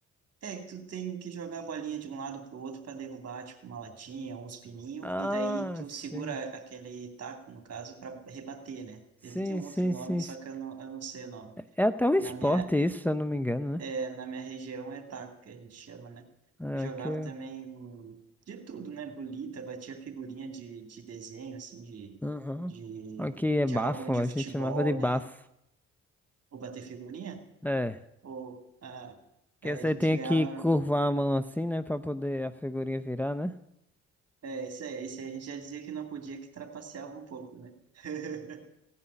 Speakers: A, on the right (about 55°); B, in the centre.
A: É que tu tem que jogar a bolinha de um lado pro outro para derrubar, tipo, uma latinha, uns pininhos,
B: Ah,
A: e daí tu
B: sim.
A: segura aquele taco, no caso, para rebater, né?
B: Sim,
A: Ele tem um
B: sim,
A: outro nome,
B: sim,
A: só
B: sim.
A: que eu não, eu não sei o nome.
B: É até um esporte
A: Na minha,
B: isso, se eu não me engano, né?
A: é, na minha região é taco, que a gente chama, né?
B: É,
A: Eu jogava
B: aqui, é-
A: também de tudo, né? Bolita, batia figurinha de, de desenho, assim, de,
B: Aham.
A: de,
B: Aqui é
A: de
B: bafo,
A: álbum de
B: a
A: futebol,
B: gente chamava de bafo.
A: né? Ou bater figurinha,
B: É,
A: ou... ah,
B: que
A: é,
B: você
A: a gente
B: tem
A: ganhava.
B: que curvar a mão assim, né, pra poder a figurinha virar, né?
A: É, isso aí, isso aí a gente já dizia que não podia, que trapaceava um pouco, né? <laughs>